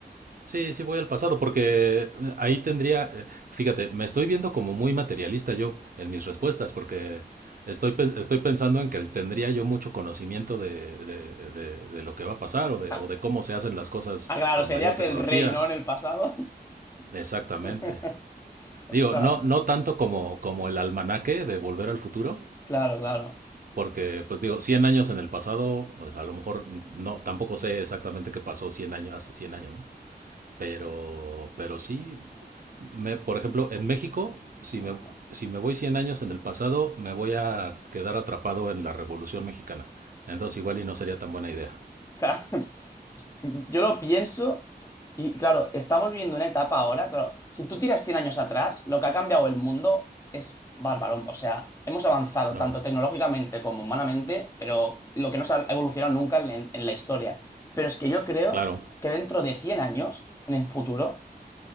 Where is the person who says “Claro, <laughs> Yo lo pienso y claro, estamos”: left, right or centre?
Left